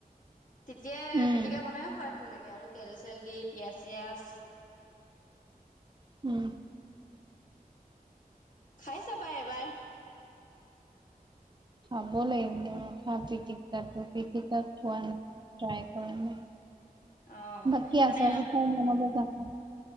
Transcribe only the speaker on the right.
উম
উম
খাব লাগিব ৰখা পিটিকাটো পিটিকা খোৱা নাই ট্ৰাই কৰিব লাগিব।
বাকী
আছাৰ চাচাৰ বনাব জানা নাই?